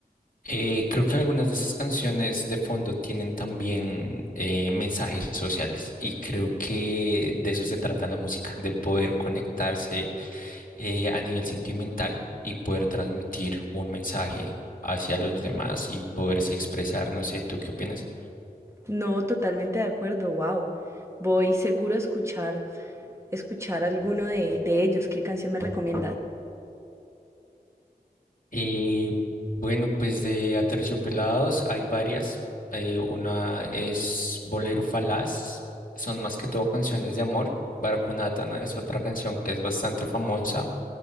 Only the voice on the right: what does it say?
No, totalmente de acuerdo, wow. Voy seguro a escuchar, escuchar alguno de, de ellos. ¿Qué canción me recomiendas?